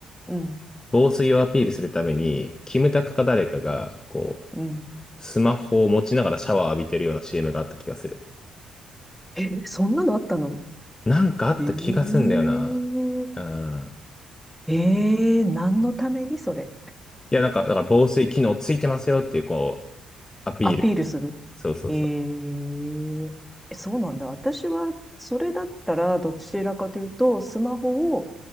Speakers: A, in the centre; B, on the left.
A: うん、
B: 防水をアピールするために、キムタクか誰かが、こ
A: うん。
B: う、スマホを持ちながらシャワー浴びてるような CM があった気がする。
A: え、そんなのあったの
B: なんかあった気がすんだよな。
A: えー、
B: うん。
A: えー、何のためにそれ
B: いや、なんか、だから防水機能ついてますよっていう、こう、アピール。
A: アピールする。
B: そうそうそ
A: えー、そうなんだ。私は、それだったら、どちらかというと、スマホを、